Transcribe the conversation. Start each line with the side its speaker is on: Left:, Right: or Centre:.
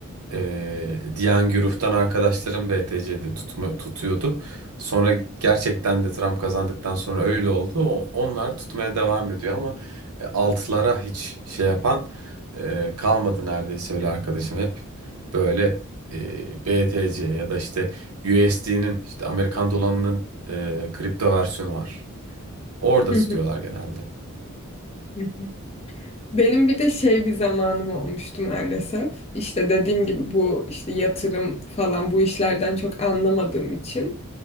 Right: e, Diyangyuruf'tan arkadaşlarım BTC'de tutma, tutuyordu. Sonra gerçekten de Trump kazandıktan sonra öyle oldu. O- onlar tutmaya devam ediyor ama e, altılara hiç şey yapan e, kalmadı neredeyse öyle arkadaşım hep böyle e, BTC ya da işte USD'nin işte Amerikan dolarının e, kripto versiyonu var. Orada
Left: hı
Right: tutuyorlar
Left: hı,
Right: genelde.
Left: hı hı. Benim bir de şey bir zamanım olmuştu maalesef. İşte dediğim gibi bu işte yatırım falan bu işlerden çok anlamadığım için